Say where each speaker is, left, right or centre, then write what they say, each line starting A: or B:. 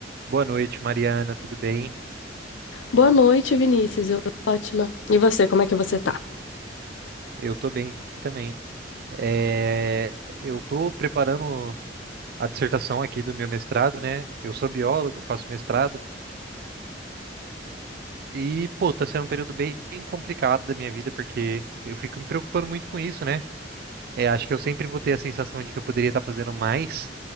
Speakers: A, on the right; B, on the left.
A: Boa noite, Mariana, tudo bem?
B: Boa noite, Vinícius. Eu tô ótima. E você, como é que você tá?
A: Eu tô bem também. É, eu tô preparando a dissertação aqui do meu mestrado, né? Eu sou biólogo, faço mestrado e, pô, tá sendo um período bem complicado da minha vida porque eu fico me preocupando muito com isso, né? É, acho que eu sempre vou ter a sensação de que eu poderia estar fazendo mais